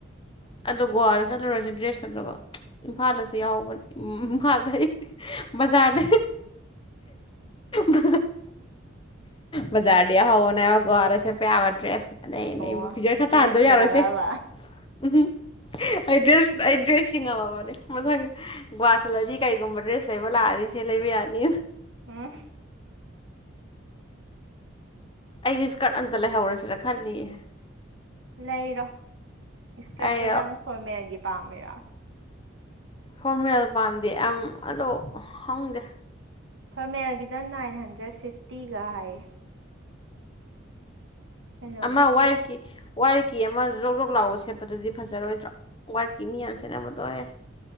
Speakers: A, on the left; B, on the right.
A: ꯑꯗꯣ ꯒꯣꯋꯥꯗ ꯆꯠꯂꯨꯔꯁꯦ ꯗ꯭ꯔꯦꯁ ꯈꯛꯇꯒꯣ ꯏꯝꯐꯥꯜꯗꯁꯨ ꯌꯥꯎꯕꯅꯦ ꯏꯝꯐꯥꯜꯗ ꯃꯖꯥꯅ ꯃ ꯃꯖꯥꯗ ꯍꯧꯕꯅꯦ ꯔꯁꯦ ꯆꯄ ꯌꯥꯕ ꯗ꯭ꯔꯦꯁ ꯑꯅꯩ ꯑꯅꯩꯕꯨ
B: ꯑꯣ
A: ꯐꯤꯒꯔ
B: ꯗ꯭ꯔꯦꯁꯀꯤ
A: ꯈꯔ ꯇꯥꯍꯟꯗꯣꯏ ꯌꯥꯔꯣꯏꯁꯦ
B: ꯋꯥꯔꯕ
A: ꯎꯝ ꯑꯩ ꯗ꯭ꯔꯦꯁ ꯑꯩ ꯗ꯭ꯔꯦꯁꯁꯤ ꯉꯝꯃꯕꯅꯤ ꯃꯊꯪ ꯒꯨꯍꯥꯆꯜꯂꯗꯤ ꯀꯩꯒꯨꯝꯕ ꯗ꯭ꯔꯦꯁ ꯂꯩꯕ ꯂꯥꯛꯑꯗꯤ ꯄꯁꯦ ꯂꯩꯕꯤ ꯌꯥꯅꯤ
B: ꯎꯝ
A: ꯑꯩꯁꯦ ꯏꯁꯀꯔꯠ ꯑꯝꯇ ꯂꯩꯍꯧꯔꯁꯤꯔ ꯈꯜꯂꯤꯌꯦ
B: ꯂꯩꯔꯣ ꯏꯁꯀꯔꯠꯇꯣ
A: ꯑꯩ
B: ꯅꯪ ꯐꯣꯔꯃꯦꯜꯒꯤ ꯄꯥꯝꯃꯤꯔ
A: ꯐꯣꯔꯃꯦꯜ ꯄꯥꯝꯗꯤ ꯌꯥꯝ ꯑꯣ ꯍꯪꯗꯦ
B: ꯐꯣꯔꯃꯦꯜꯒꯤꯗ ꯅꯥꯏꯟ ꯍꯟꯗ꯭ꯔꯦꯠ ꯐꯤꯐꯇꯤꯒ ꯍꯥꯏꯌꯦ ꯀꯩꯅꯣꯗ
A: ꯑꯃ ꯋꯥꯏꯒꯤ
B: ꯑꯁ
A: ꯋꯥꯏꯔꯤꯀꯤ ꯑꯃ ꯖ꯭ꯔꯣꯛ ꯖꯣꯛ ꯂꯥꯎꯕ ꯁꯦꯠꯄꯗꯨꯗꯤ ꯐꯖꯔꯣꯏꯗ꯭ꯔꯥ ꯋꯥꯏꯔꯤꯛꯀꯤ ꯃꯤ ꯌꯥꯝꯅ ꯁꯦꯠꯂꯝꯃꯗꯣꯏꯦ